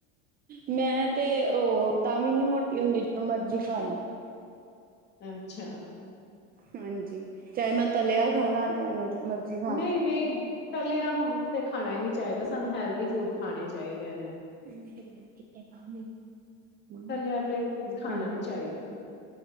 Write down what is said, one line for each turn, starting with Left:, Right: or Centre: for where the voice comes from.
Right: ਮੈਂ ਤੇ ਉਹ ਤਾਂ ਵੀ ਨੀ ਮੋਟੀ ਹੁੰਦੀ ਜਿੰਨਾ ਮਰਜੀ ਖਾ ਲੀਏ।
Left: ਅੱਛਾ।
Right: ਹਾਂਜੀ ਚਾਹੇ ਮੈਂ ਤਲਿਆ ਖਾ ਲਾ ਚਾਹੇ ਮੈਂ ਜੋਂ ਮਰਜੀ। ਖਾ
Left: ਨਹੀਂ ਨਹੀਂ ਤਾਲਿਆ ਤੇ ਖਾਣਾ ਹੀ ਨਹੀਂ ਚਾਹੀਦਾ ਸਾਨੂੰ ਹੈਲਦੀ ਫੂਡ ਖਾਣੇ ਚਾਹੀਦੇ ਨੇ।
Right: <unintelligible>
Left: ਤਲਿਆ ਤੇ ਖਾਣਾ
Right: ਹਾਂ
Left: ਨੀ ਚਾਹੀਦਾ।